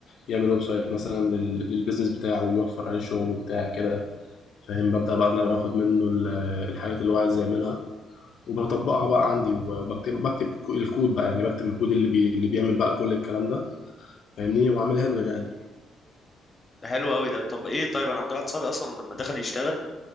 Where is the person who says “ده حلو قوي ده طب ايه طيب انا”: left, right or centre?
Left